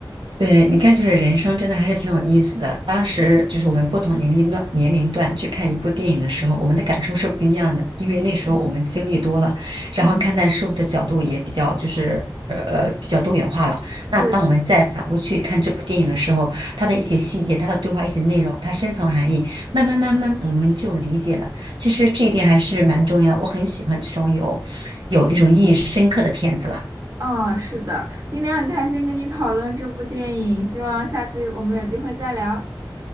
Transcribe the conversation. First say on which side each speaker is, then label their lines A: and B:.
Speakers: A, on the right; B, on the right.
A: 对，你看，就是人生真的还是挺有意思的。当时就是我们不同年龄段年龄段去看一部电影的时候，我们的感受是不一样的，因为那时候我们经历多了，
B: 嗯，嗯，
A: 然后看待事物的角度也比较就是呃比较多元化了。那当我们再反过去看这部电影的时候，
B: 对的，
A: 它的一些细节、它的对话、一些内容、它深层含义，慢慢慢慢我们就理解了。其实这一点还是蛮重要，我很喜欢这种有有那种意义深刻的片子了。
B: 嗯，是的，今天很开心跟你讨论这部电影，希望下次我们有机会再聊。